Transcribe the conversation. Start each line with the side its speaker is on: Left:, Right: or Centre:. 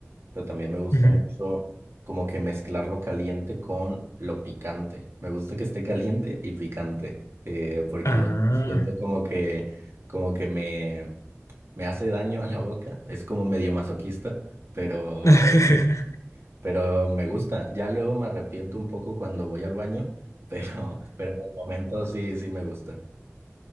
Right: pero también me gusta
Left: Ujú.
Right: mucho como que mezclar lo caliente con lo picante. Me gusta que esté caliente y picante, eh, porque
Left: Ah.
Right: no sé, siento como que, como que me, me hace daño a la boca. Es como medio masoquista, pero,
Left: <laughs>
Right: pero me gusta. Ya luego me arrepiento un poco cuando voy al baño, <laughs> pero, pero en el momento sí, sí me gusta.